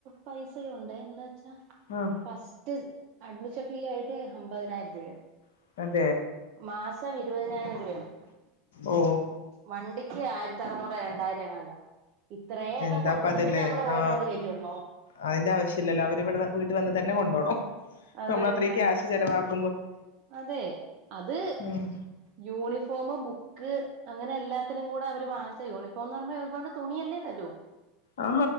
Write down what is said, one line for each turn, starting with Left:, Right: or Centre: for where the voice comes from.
Right: പൈസ <unintelligible> ഉണ്ടെ എന്ന് വെച്ച്
Left: ആ
Right: ഫസ്റ്റ് അഡ്മി ഷൻ ഫീ ആയിട്ട് അമ്പതിനായിരം രൂപയാവും
Left: <inaudible>
Right: മാസം ഇരുപതിനായിരം രൂപയാണ്
Left: ഓ
Right: വണ്ടിക്ക് ആയിരത്തി അറ്നൂറ് രണ്ടായിരം എങ്ങാണ്ടാ ഇത്രയൊക്കെ
Left: എന്താപ്പ
Right: കൊടുത്തിട്ട്
Left: അതല്ലേ
Right: പിന്നെ നമ്മള് റോഡിലോട്ട്
Left: ആ
Right: കയറ്റി വിടണോ
Left: അതിന്റെ ആവശ്യില്ലല്ലോ അവര് ഇവിടെ വീട്ടി വന്ന് തന്നെ കൊണ്ടോണം
Right: അത്
Left: നമ്മള
Right: തന്നെ
Left: അത്രയും ക്യാഷ് ചെലവാക്ക
Right: അതെ അത്
Left: ഉം
Right: യൂണിഫോമ് ബുക് ക്ക് അങ്ങനെ എല്ലാത്തിനും കൂടെ അവര് വാങ്ങിച്ച യൂണിഫോം എന്ന് പറയുമ്പോ യൂണിഫോമിന്റെ തുണിയല്ലേ തരൂ
Left: ആ